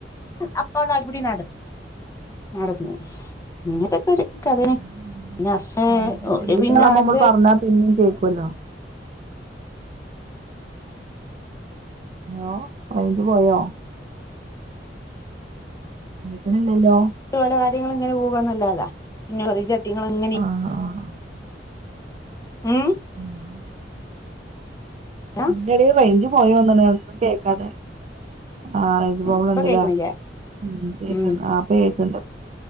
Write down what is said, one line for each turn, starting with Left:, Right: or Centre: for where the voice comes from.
Left: അപ്പ ഉള്ള അടിപുടി നട നടന്ന, ഇങ്ങത്തെ ഇപ്പ ഒരു കഥനെ.
Right: ആണല്ലോ
Left: പിന്നെ അസ
Right: ആൺകുട്ടികളെ
Left: ഓവിടെ
Right: പെൺകുട്ടികളാവുമ്പോ
Left: പിന്നെ അവരുടെ-
Right: നമ്മള് പറഞ്ഞാ പിന്നേം കേക്കുവല്ലോ ഓറേഞ്ച് പോയോ? കേക്ണില്ലല്ലോ.
Left: പല കാര്യങ്ങള ഇങ്ങനെ- പോവാന്നല്ലാതാ, പിന്നെറിജട്ടങ്ങൾങ്ങന-
Right: ആഹ് ആഹ്
Left: ഉ.....
Right: ഉം..
Left: ആഹ്
Right: നിന്റെട റേഞ്ച് പോയി വന്ന്ണ് ഒന്ന് കേൾക്കാതെ... ആഹ റേഞ്ച് പ്രോബ്ളം
Left: ഇപ്പൊ
Right: ഇണ്ടല്ലേ,
Left: കേക്കണില്ലേ
Right: ഉ കേക്ക
Left: ഉം
Right: ആഹാ അപ്പോ കേക്കണ്ട്.